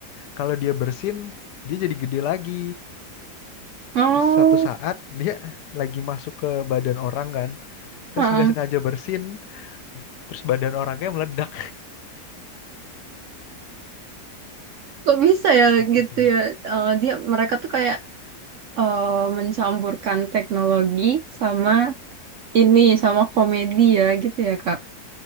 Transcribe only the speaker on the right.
Oh.
Heeh.
Kok bisa
ya
gitu
ya? Eh, dia mereka tuh kayak eh, mencampurkan teknologi sama ini sama komedi ya gitu ya Kak.